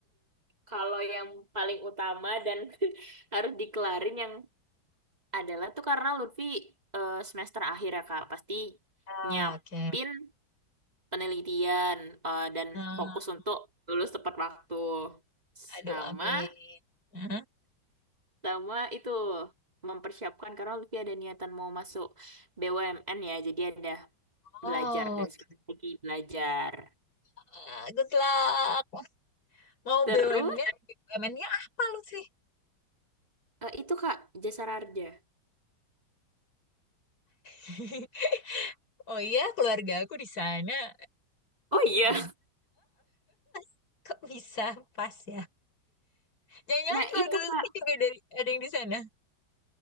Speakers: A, on the right (about 20°); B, on the left (about 45°).
A: Kalau yang paling utama dan <laughs> harus dikelarin yang adalah tuh karena Lutfi eh, semester akhir ya Kak, pasti
B: Ah,
A: nyiapin
B: Oke.
A: penelitian eh, dan
B: Nah,
A: fokus untuk lulus tepat waktu. Sama,
B: Aduh, amin. Hah?
A: sama itu mempersiapkan karena Lutfi ada niatan mau masuk BUMN ya, jadi ada
B: Oh,
A: belajar dari sekarang
B: gitu.
A: lagi belajar.
B: Ah, Good luck. Mau
A: Terus
B: BUMN-nya, BUMN-nya apa lu sih?
A: eh, itu Kak Jasa Raja.
B: <laughs> Oh iya, keluarga aku di sana
A: Oh iya,
B: ada di <laughs> kok bisa pas ya. Jangan-jangan
A: nah
B: keluarga
A: itu
B: lu
A: Kak
B: sih juga dari ada yang di sana.